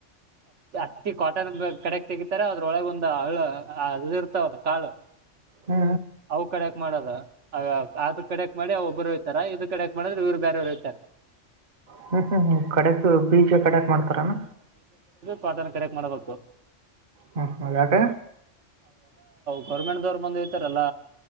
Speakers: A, on the right; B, on the right.
A: ಅತ್ತಿ ಕಾಟನ್ ಕಡೆಕ್ ತೆಗಿತಾರ ಅದ್ರೊಳಗ ಒಂದು ಹಳ ಅದಿದು ಇರ್ತಾವಲ್ಲ ಕಾಳು
B: ಹ್ಞೂ
A: ಅವು ಕಡೆಯಾಕ ಮಾಡದ ಅದ ಕಡೆಕ್ ಮಾಡಿ ಅವ ಒಬ್ರು ಹೋಯತಾರ ಇದ್ ಕಡೆಕ್ ಮಾಡಿದ್ರೆ ಇವ್ ಬೇರೆಯವರ ಹೋಯತಾರ
B: ಹ್ಮ್ ಹ್ಮ್ ಹ್ಮ ಕಡಕ್ ಬೀಜ ಕಡಕ್ ಮಾಡ್ತಾರನಾ
A: ಪಾಟ ಕೆಡೆಕ್ ಮಾಡ ಗೊು
B: ಹ್ಮ್ ಹ್ಮ್ ಯಾಕ
A: ಗೌರ್ಮೆಂಟ್ ದವರು ಬಂದುತಾರಲ್ಲ